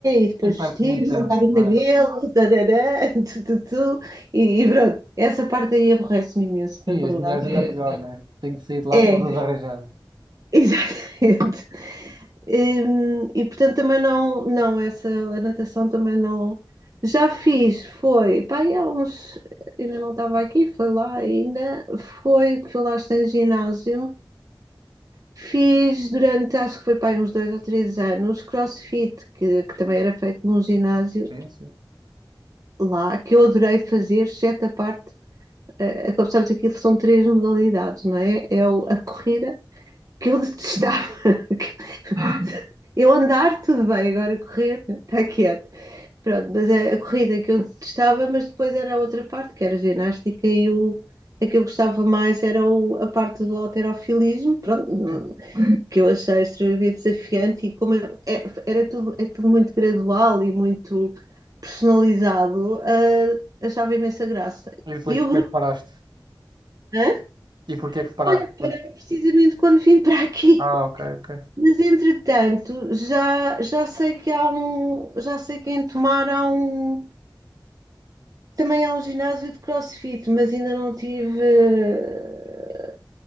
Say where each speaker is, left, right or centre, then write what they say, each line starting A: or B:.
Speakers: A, on the right (about 45°); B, on the right (about 65°).
A: e depois
B: Tem parte
A: vestir,
B: muito tempo
A: secar
B: também.
A: o cabelo, <laughs> tarará, tu, tu, tu, e, e pronto. Essa parte aí aborrece-me imenso,
B: Sim,
A: na verdade.
B: as mulheres ainda pior, né? Tenho que sair de lá
A: É,
B: todas arranjadas.
A: <laughs> exatamente. Hum, E, portanto também não, não, essa a natação também não. Já fiz, foi, pá, e há uns, ainda não estava aqui, foi lá ainda, foi, fui lá estar em ginásio, fiz durante, acho que foi pá, aí uns dois ou três anos, crossfit, que, que também era feito num ginásio
B: Sim, sim.
A: lá, que eu adorei fazer, exceto a parte, eh, eh, como sabes, aquilo são três modalidades, não é? É o- a corrida, que eu detestava, <laughs> Eu andar, tudo bem, agora correr, está quieto. Pronto, mas é a corrida que eu testava, mas depois era a outra parte, que era a ginástica, e o, a que eu gostava mais era o- a parte do halterofilismo, pronto, não-
B: sim.
A: que eu achei extremamente desafiante, e como eu- é- era tudo, é tudo muito gradual e muito personalizado, ah, achava imensa graça.
B: E depois
A: E
B: porque
A: o grupo,
B: é que paraste?
A: hã?
B: E porque é que paraste?
A: olha,
B: depois?
A: parei precisamente quando vim para aqui.
B: Ah, ok, ok.
A: Mas entretanto, já, já sei que há um, já sei que em Tomar há um, também há um ginásio de CrossFit, mas ainda não tive, eh,